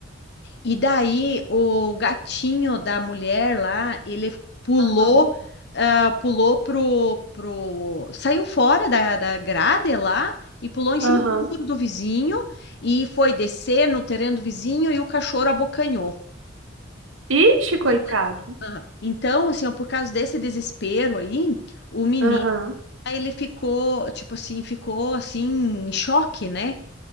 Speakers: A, on the left; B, on the right.
A: E daí o gatinho da mulher lá, ele pulou,
B: aham,
A: ah, pulou pro, pro, saiu fora da, da grade lá e pulou em cima
B: aham.
A: do muro do vizinho e foi descer no terreno do vizinho e o cachorro abocanhou.
B: Ixi, coitado.
A: Cachorro da- Aham. Então, assim, ó, por causa desse desespero aí, o menino
B: Aham.
A: Aí ele ficou, tipo assim, ficou assim, em choque, né?